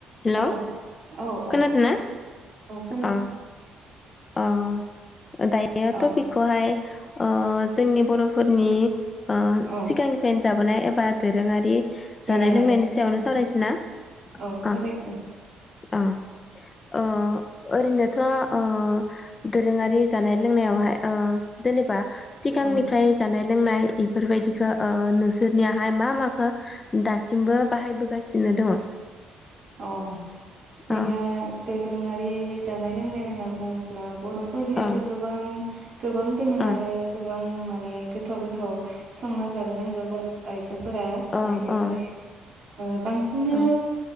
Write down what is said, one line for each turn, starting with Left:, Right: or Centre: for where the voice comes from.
Left: Hello
Right: अ औ- औ
Left: खोनादोंना
Right: -औ खोनादों।
Left: अ अ दायो
Right: औ
Left: तपिकखौहाय ओ जोंनि बर'फोरनि ओ
Right: औ
Left: सिगांनिफ्रायनो जाबोनाय एबा दोरोंआरि
Right: दोरोङारि
Left: जानाय लोंनायनि सायावनो
Right: औ
Left: सावरायनोसै ना?
Right: औ सावरायसै
Left: उ औ ओ ओरैनोथ ओ दोरोङारि जानाय लोंनायावहाय ओ जेनेबा सिगांनिफ्राय
Right: औ
Left: जानाय लोंनाय इफोरबायदिखौ ओ नोंसोरनियाहाय मा माखो दासिमबो बाहायबो गासिनो दङ।
Right: अ जोंहा
Left: अ
Right: दोरोङारि जानाय लोंनाय होनना बुङोब्ला बर फोरनिथ
Left: अ
Right: गोबां गोबां दङ
Left: अ
Right: आरो गोबां माने गोथाव गोथाव संना जानो रोंगौ बर' आइजोफोरा
Left: अ
Right: बेनिफ्राय
Left: अ
Right: ओ बांसिननो
Left: अ